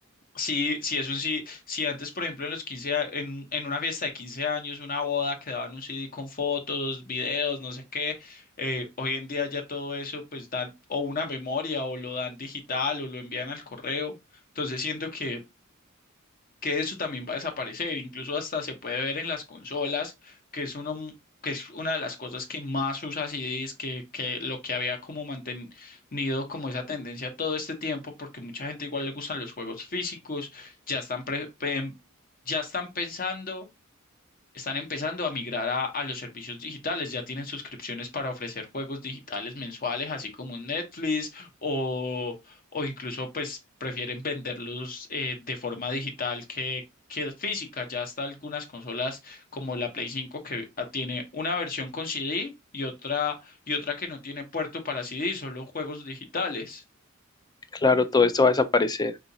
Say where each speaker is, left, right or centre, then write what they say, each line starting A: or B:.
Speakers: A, on the left; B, on the left.
A: Sí, sí, es un sí. Si antes, por ejemplo, en los quince a- en, en una fiesta de 15 años, una boda, quedaban un CD con fotos, videos, no sé qué, eh, hoy en día ya todo eso, pues dan o una memoria o lo dan digital o lo envían al correo. Entonces siento que que eso también va a desaparecer. Incluso hasta se puede ver en las consolas, que es uno que es una de las cosas que más usa CD es que, que lo que había como mantenido como esa tendencia todo este tiempo, porque mucha gente igual le gustan los juegos físicos, ya están pre- em, ya están pensando están empezando a migrar a, a los servicios digitales. Ya tienen suscripciones para ofrecer juegos digitales mensuales, así como un Netflix, o, o incluso pues prefieren venderlos eh, de forma digital que, que física. Ya hasta algunas consolas como la Play 5 que ah, tiene una versión con CD y otra, y otra que no tiene puerto para CD, solo juegos digitales.
B: Claro, todo esto va a desaparecer.